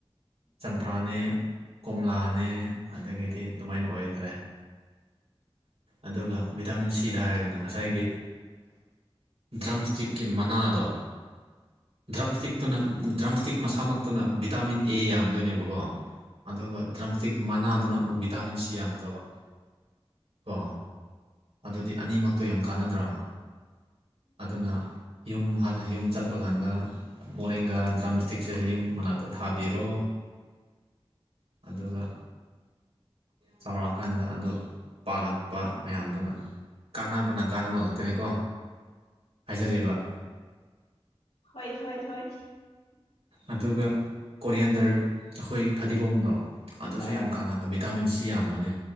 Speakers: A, on the right (about 80°); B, on the left (about 85°).
A: ꯆꯝꯄ꯭ꯔꯥꯅꯦ ꯀꯣꯝꯂꯥꯅꯦ ꯑꯗꯒꯤꯗꯤ ꯑꯗꯨꯃꯥꯏꯅ ꯑꯣꯏꯈ꯭ꯔꯦ ꯑꯗꯨꯒ ꯚꯤꯇꯥꯃꯤꯟ ꯁꯤꯗ ꯍꯥꯏꯔꯒꯅ ꯉꯁꯥꯏꯒꯤ ꯗ꯭ꯔꯝꯁꯇꯤꯛꯀꯤ ꯃꯅꯥꯗꯣ ꯗ꯭ꯔꯝ ꯏꯁꯇꯤꯛꯇꯨꯅ ꯗ꯭ꯔꯝ ꯏꯁꯇꯤꯛ ꯃꯁꯥꯃꯛꯇꯨꯅ ꯚꯤꯇꯥꯃꯤꯟ ꯑꯦ ꯌꯥꯝꯗꯣꯏꯅꯦꯕꯀꯣ ꯑꯗꯨꯒ ꯗ꯭ꯔꯝ ꯏꯁꯇꯤꯛ ꯃꯅꯥꯗꯨꯅ ꯑꯃꯨꯛ ꯚꯤꯇꯥꯃꯤꯟ ꯁꯤ ꯌꯥꯝꯒꯗꯕ ꯀꯣ ꯑꯗꯨꯗꯤ ꯑꯅꯤꯃꯛꯇꯣ ꯌꯥꯝ ꯀꯥꯟꯅꯗ꯭ꯔꯣ ꯑꯗꯨꯅ ꯌꯨꯝ ꯍꯟ ꯌꯨꯝ ꯆꯠꯄ ꯀꯥꯟꯗ ꯃꯣꯔꯤꯡꯒ ꯗ꯭ꯔꯝ ꯏꯁꯇꯤꯛꯁꯤꯗ ꯌꯨꯝ ꯃꯅꯥꯛꯇ ꯊꯥꯕꯤꯔꯣ ꯑꯗꯨꯒ ꯆꯥꯎꯔꯛꯑꯀꯥꯟꯗ ꯑꯗꯣ ꯄꯥꯜꯂꯛꯄ ꯃꯌꯥꯝꯗꯨꯅ ꯀꯥꯟꯅꯕꯅ ꯀꯥꯟꯅꯕ ꯉꯥꯛꯇꯅꯤꯀꯣ ꯍꯥꯏꯖꯔꯤꯕ
B: ꯍꯣꯏ ꯍꯣꯏ ꯍꯣꯏ
A: ꯑꯗꯨꯒ ꯀꯣꯔꯤꯌꯦꯟꯗꯔ ꯑꯩꯈꯣꯏ ꯐꯗꯤꯒꯣꯝꯗꯣ ꯑꯗꯨꯁꯨ
B: ꯑꯥ
A: ꯌꯥꯝ ꯀꯥꯟꯅꯕ ꯚꯤꯇꯥꯃꯤꯟ ꯁꯤ ꯁꯤ ꯌꯥꯝꯕꯅꯦ